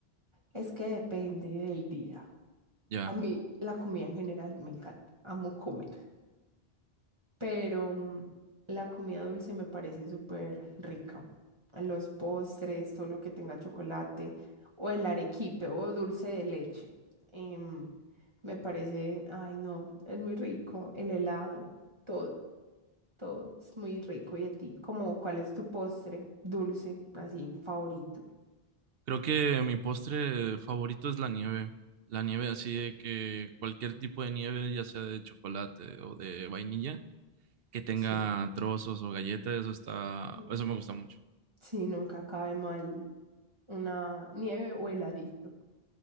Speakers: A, on the right; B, on the right.
A: Es que depende del día.
B: Ya,
A: A mí la comida en general me encanta, amo comer. pero mm, la comida dulce me parece súper rica. Los postres, todo lo que tenga chocolate, o el arequipe o dulce de leche. em, me parece, ay no, es muy rico. El helado, todo, todo es muy rico. ¿Y a ti? Como, ¿cuál es tu postre dulce, así, favorito?
B: creo que mi postre favorito es la nieve. La nieve así de que cualquier tipo de nieve, ya sea de chocolate o de vainilla. que tenga
A: Sí,
B: trozos o galletas, eso está,
A: Mm.
B: eso me gusta mucho.
A: sí, nunca cae mal una nieve o heladito.